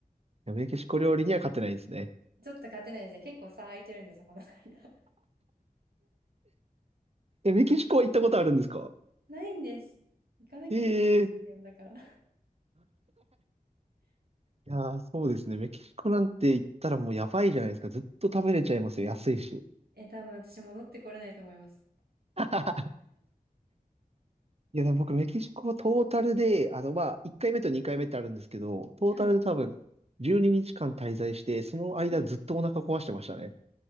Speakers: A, on the right; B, on the right.
A: いやメキシコ料理には勝てないんですね。
B: ちょっと勝てないですね。結構差空いてるんですよ、この間。<laughs>
A: え、メキシコは行ったことあるんですか
B: ないんです。行かなきゃいけないよ、
A: ええい
B: だから。
A: やー、そうですね。メキシコなんて行ったらもうやばいじゃないですか。ずっと食べれちゃいますよ。安いし。
B: え、多分私戻ってこれないと思います。
A: <laughs> いや、でも僕、メキシコはトータルで、あの、まあ、1回目と2回目ってあるんですけど、トータルで多分、
B: はい。
A: 12日間滞在して、その間ずっとお腹壊してましたね。
B: え、